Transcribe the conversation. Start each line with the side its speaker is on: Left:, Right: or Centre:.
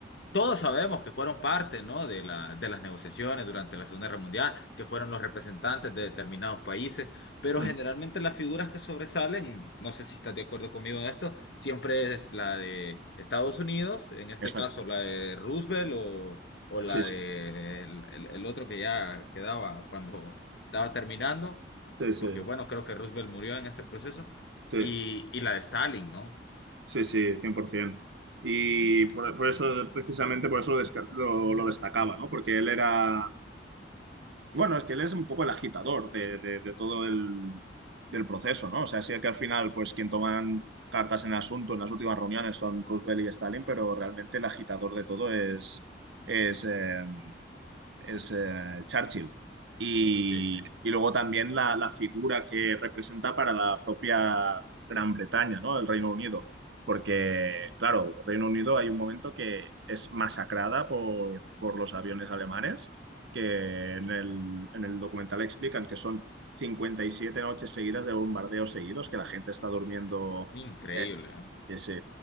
Left: todos sabemos que fueron parte, ¿no? de la- de las negociaciones durante la Segunda Guerra Mundial, que fueron los representantes de determinados países, pero
Right: Mm.
Left: generalmente las figuras que sobresalen, no sé si estás de acuerdo conmigo en esto, siempre es la de Estados Unidos, en este
Right: exacto.
Left: caso la de Roosevelt o, o la
Right: Sí, sí.
Left: de el, el- el otro que ya quedaba cuando estaba terminando,
Right: Sí, sí.
Left: porque bueno, creo que Roosevelt murió en ese proceso,
Right: Sí,
Left: y, y la de Stalin, ¿no?
Right: sí, sí, 100%. Y
Left: En-
Right: por, por eso, precisamente por eso lo, desca- lo- lo destacaba, ¿no? Porque él era. Bueno, es que él es un poco el agitador de, de- de todo el del proceso, ¿no? O sea, sí que al final, pues quien toman cartas en el asunto en las últimas reuniones son Roosevelt y Stalin, pero realmente el agitador de todo es, es, eh, es eh, Churchill. Y,
Left: Sí, sí,
Right: y luego también la, la figura que representa para la propia Gran Bretaña, ¿no? El Reino Unido. Porque, claro, Reino Unido hay un momento que es masacrada por, por los aviones alemanes que en el, en el documental explican que son 57 noches seguidas de bombardeos seguidos, que la gente está durmiendo.
Left: increíble,
Right: eh,
Left: ¿eh?
Right: sí, sí.